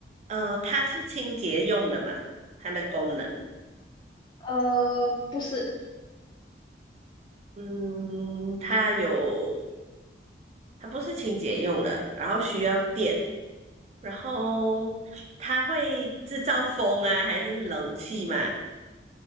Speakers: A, on the right; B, on the left.
A: 呃，它是清洁用的嘛，它的功能。
B: 呃，不是，
A: 嗯，它有，它不是清洁用的，然后需要电，然后它会制造风啊，还是冷气嘛？